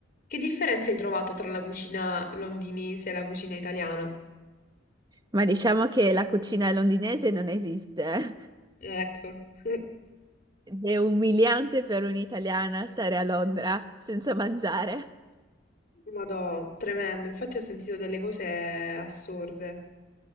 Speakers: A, on the left; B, on the right.
A: Che differenze hai trovato tra la cucina londinese e la cucina italiana?
B: Ma diciamo che la cucina londinese non esiste. eh.
A: Ecco, <laughs>
B: Ed è umiliante per un'italiana stare a Londra senza mangiare.
A: madò, tremendo. Infatti ho sentito delle cose assurde.